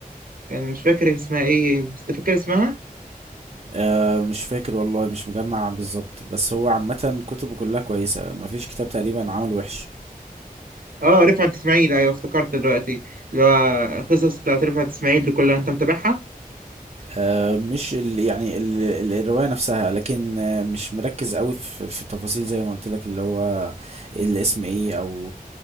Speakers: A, on the right (about 70°); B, on the right (about 45°).
A: كان مش فاكر اسمها ايه بس فاكر اسمها
B: آه مش فاكر والله مش مجمع بالظبط بس هو عامه كتبه كلها كويسه مفيش كتاب تقريبا عمل وحش
A: اه رفعت اسماعيل ايوه افتكرت دلوقتي اللي هو قصص بتاعت رفعت اسماعيل دي كلها انت متابعها
B: آه، مش ال يعني ال ال- الرواية نفسها لكن آه، مش مركز قوي في في التفاصيل زي ما قلت لك اللي هو الاسم ايه او